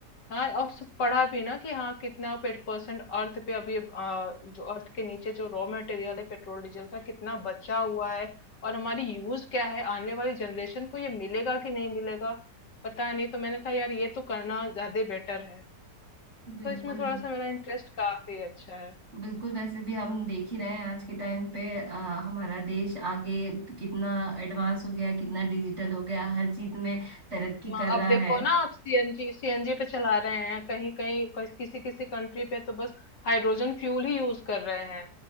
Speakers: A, on the left (about 75°); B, on the right (about 40°).
A: हाँ और सब पढ़ा भी ना कि हाँ कितना परसेंट अर्थ पे अभी अ, जो अर्थ के नीचे जो रॉ मटेरियल है पेट्रोल डीजल का कितना बचा हुआ है और हमारी यूज क्या है आने वाली जनरेशन को ये मिलेगा कि नहीं मिलेगा पता नहीं तो मैंने कहा यार ये तो करना ज्यादा बेटर है
B: बिल्कुल
A: तो इसमें थोड़ा सा मेरा इंटरेस्ट काफी अच्छा है
B: बिल्कुल वैसे भी हम देख ही रहे हैं आज के टाइम पे अ, हमारा देश आगे कितना एडवांस हो गया कितना डिजिटल हो गया हर चीज में तरक्की
A: हाँ,
B: कर रहा
A: अब देखो
B: है
A: ना आप सीएनजी सीएनजी पे चला रहे हैं कहीं कहीं कस- किसी किसी कंट्री पे तो बस हाइड्रोजन फ्यूल ही यूज कर रहे हैं